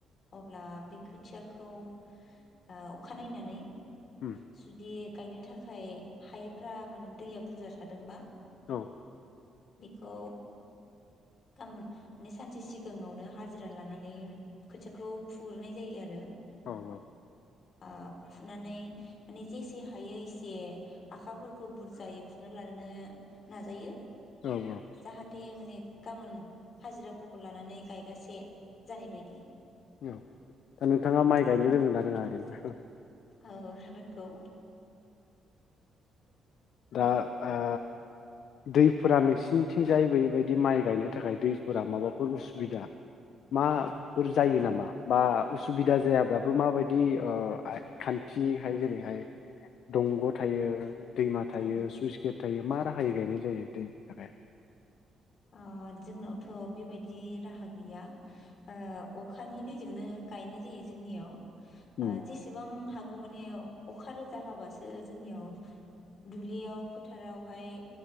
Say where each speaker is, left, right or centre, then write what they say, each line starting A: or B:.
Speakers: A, on the left; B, on the left.
A: अब्ला बे खोथियाखौ ओ अखा नायनानै
B: उम
A: जुदि गायनो थाखाय हायाफ्रा माने दैया बुरजा थादोंबा
B: औ
A: बेखौ गामो माने सानसे सिगाङावनो हाजिरा लानानै खोथियाखौ फुग्रोनाय जायो आरो।
B: औ औ
A: ओ फुनानै माने जेसे हायो एसे आखाफोरखौ बुरजायै फुना लाग्रोनो नाजायो।
B: औ औ
A: जाहाथे माने गाबोन हाजिराफोरखौ लानानै गायगासे जानाय बायदि।
B: औ दा नोंथाङा माइ गायनो रोंङोना रोङा ओरैनो?
A: औ रोंगौ।
B: दा आ दैफोरा नोंसिनिथिंजाय बेबायदि माइ गायनो थाखाय दैफोरा माबाफोर उसु बिदा मा फोर जायो नामा बा उसुबिदा जायाब्लाबो माबायदि ओ आ खान्थिहाय जेरैहाय दंग थायो दैमा थायो
A: औ
B: सुइस गेट थायो मा राहायै गायनाय जायो दैनि थाखाय?
A: ओ जोंनावथ बेबायदि राहा गैया। ओ अखानि दैजोंनो गायनाय जायो जोंनियाव।
B: उम
A: जेसेबां हा गौ माने अखा रोजा हाबासो जोंनियाव दुब्लियाव फोथारावहाय